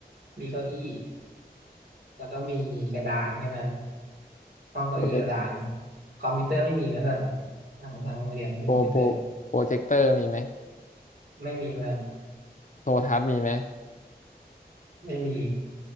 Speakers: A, on the right (about 80°); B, on the left (about 50°).
A: มีเก้าอี้แล้วก็มีกระดานแค่นั้นห้องเก้าอี้กระดาน
B: โปรเจกต์
A: คอมพิวเตอร์ไม่มีนะเพื่อนทางทางโรงเรียนไม่มีคอมพิวเตอร์
B: โปรโปรโปรเจคเตอร์มีไหม
A: ไม่มีมัน
B: โทรทัศน์มีไหม
A: ไม่มี